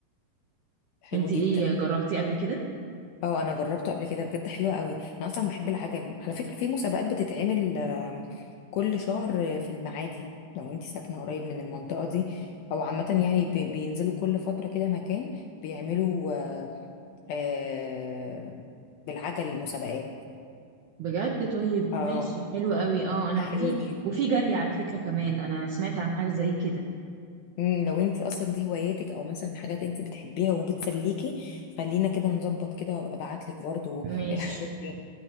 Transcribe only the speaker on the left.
حلو
جدا
اه انا جربته قبل كده بجد حلو قوي انا اصلا بحب العجل على فكره في مسابقات بتتعمل آم، كل شهر آه، في المعادي لو انت ساكنه قريب من المنطقه دي او عامه يعني بي- بينزلوا كل فتره كده مكان بيعملوا آه، آه، بالعجل مسابقات
اه
بتبقى
حلوه
جدا
مم، لو انت اصلا دي هواياتك او مثلا حاجات انت بتحبيها وبتسليكي خلينا كده نظبط كده وابقى ابعت لك برضو
الحاجات دي